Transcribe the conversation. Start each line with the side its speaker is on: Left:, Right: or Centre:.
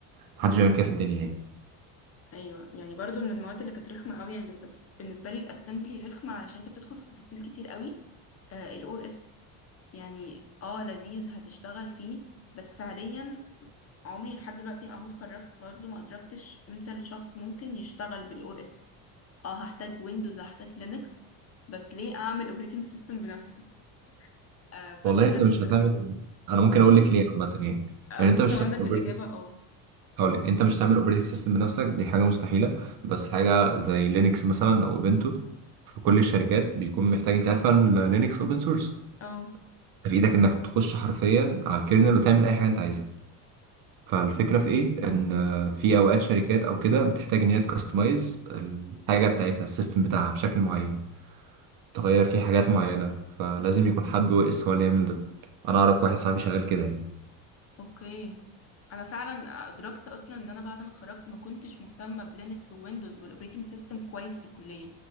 Right: محدش بيعمل كده في الدنيا يعني
Left: ايوه يعني برضو من المواد اللي كانت رخمة قوي يعني بز- بالنسبة لي الاسمبلي رخمة علشان انت بتدخل في تفاصيل كتير قوي الاو اس يعني اه لذيذ هتشتغل فيه بس فعليا عمري لحد دلوقتي اهو اتخرجت برضه ما ادركتش امتى الشخص ممكن يشتغل بالاو اس اه هحتاج ويندوز هحتاج لينكس بس ليه اعمل اوبريتنج سيستم بنفسي آه فدي
Right: والله
Left: كانت
Right: انت مش هتعمل انا ممكن
Left: قولي
Right: اقول لك ليه عامه يعني
Left: ارجوك
Right: يعني انت مش
Left: لو عندك
Right: هتعمل
Left: الاجابه اه
Right: هقول لك انت مش تعمل اوبريتنج سيستم بنفسك دي حاجه مستحيله بس حاجه زي لينكس مثلا او اوبنتو في كل الشركات بيكون محتاج انت عارفه ان لينكس اوبن سورس
Left: اه
Right: في ايدك انك تخش حرفيا على الكيرنل وتعمل اي حاجه انت عايزها فالفكره في ايه ان في اوقات شركات او كده بتحتاج ان هي تكستمايز الحاجه بتاعتها السيستم بتاعها بشكل معين تغير فيه حاجات معينه فلازم يكون حد او اس هو اللي يعمل ده انا اعرف واحد صاحبي شغال كده
Left: اوكي انا فعلا ادركت اصلا ان انا بعد ما اتخرجت ما كنتش مهتمه بلينكس وويندوز والاوبريتنج سيستم كويس في الكليه